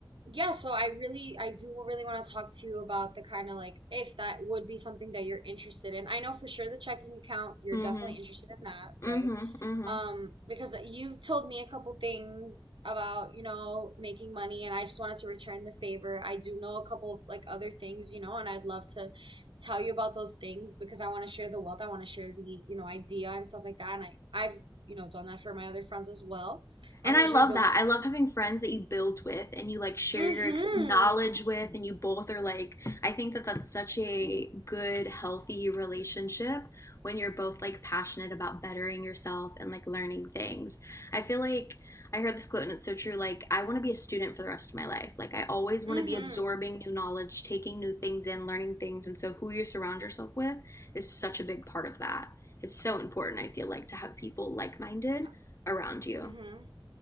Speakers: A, on the right; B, on the left.
A: yeah, so I really I do really want to talk to you about the kind of like if that would be something that you're interested in. I know for sure the checking account, you're
B: Mm
A: definitely
B: hmm.
A: interested in that, right?
B: Mm hmm. Mm hmm.
A: Um, because you've told me a couple things about, you know, making money and I just wanted to return the favor. I do know a couple of like other things, you know, and I'd love to tell you about those things because I want to share the wealth, I want to share the, you know, idea and stuff like that. And I I've, you know, done that for my other friends as well. I'm
B: And
A: usually
B: I love
A: the
B: that. I love having friends that you build with and you like share
A: Mm-hmm.
B: your ex- knowledge with, and you both are like, I think that that's such a good, healthy relationship when you're both like passionate about bettering yourself and like learning things. I feel like I heard this quote and it's so true. Like, I want to be a student for the rest of my life. Like, I always want
A: Mm-hmm.
B: to be absorbing new knowledge, taking new things in, learning things. And so, who you surround yourself with is such a big part of that. It's so important, I feel like, to have people like minded
A: Uh,
B: around you.
A: Mm-hmm.